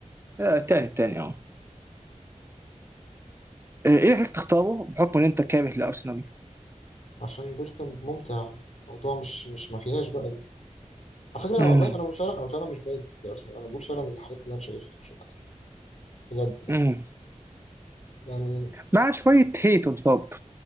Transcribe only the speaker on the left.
عشان بيركم ممتع يعني الموضوع مش مش ما فيهاش بقى دي على فكرة انا
والله انا مش فعلا انا فعلا مش بايظ ضد ارسنال انا بقول فعلا الحاجات اللي انا شايفها مش اكتر بجد يعني
يعني